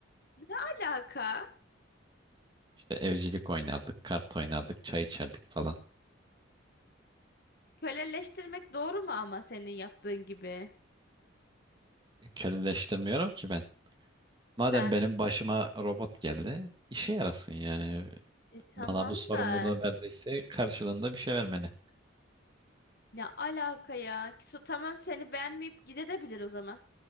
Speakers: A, on the left; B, on the right.
A: Ne alaka?
B: İşte evcilik oynardık, kart oynardık, çay içerdik falan.
A: Köleleştirmek doğru mu ama senin yaptığın gibi?
B: Köleleştirmiyorum ki ben. Madem
A: Sen
B: benim başıma robot geldi, işe yarasın yani.
A: e, tamam
B: Bana bu sorumluluğu
A: da
B: verdiyse karşılığında bir şey vermeli.
A: Ne alaka ya? Su, tamam seni beğenmeyip gidebilir o zaman.